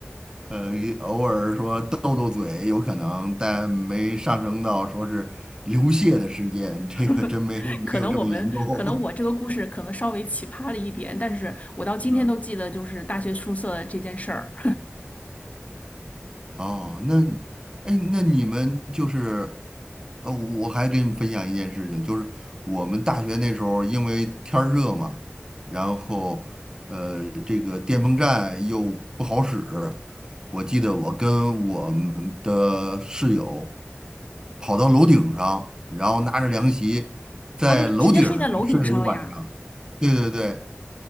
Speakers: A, on the right (about 15°); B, on the left (about 35°).
A: 呃，也偶尔说斗斗嘴有可能，但没上升到说是流血的事件，这个真没没有这么严重。
B: <laughs> 可能我们，可能我这个故事可能稍微奇葩了一点，但是我到今天都记得就是大学宿舍这件事儿。
A: <laughs> 嗯哦，那，哎，那你们就是，呃，我还给你分享一件事情，就是我们大学那时候因为天儿热嘛，然后，呃，这个电风扇又不好使，我记得我跟我们的室友跑到楼顶上，然后拿着凉席在楼顶上睡了一晚上，
B: 哦，就直接睡在楼顶上了呀！
A: 对对对，